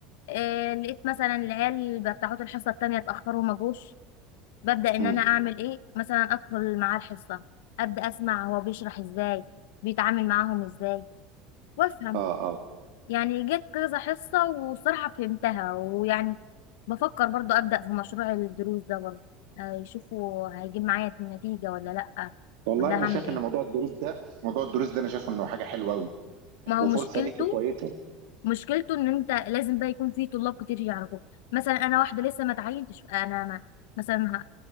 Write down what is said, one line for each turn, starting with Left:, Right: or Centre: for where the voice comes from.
Left: آه، لقيت مثلا العيال بتاعت الحصة التانية اتأخروا ما جوش ببدأ إن
Right: امم
Left: أنا أعمل إيه مثلا أدخل معاه الحصة أبدأ أسمع هو بيشرح إزاي بيتعامل معاهم إزاي وأفهم
Right: اه اه
Left: يعني جت كذا حصة وصراحة فهمتها ويعني بفكر برضو أبدأ في مشروع الدروس ده برضو آه، يشوفوا هيجيب معايا النتيجة ولا لأ
Right: والله
Left: ولا
Right: انا
Left: هعمل
Right: شايف
Left: ايه
Right: ان موضوع الدروس ده موضوع الدروس ده انا شايف انه حاجة حلوة قوي
Left: ما
Right: وفرصة
Left: هو مشكلته
Right: ليكي كويسة
Left: مشكلته ان انت لازم بقى يكون في طلاب كتير يعرفوك مثلا انا واحدة لسه ما اتعينتش انا ما مثلا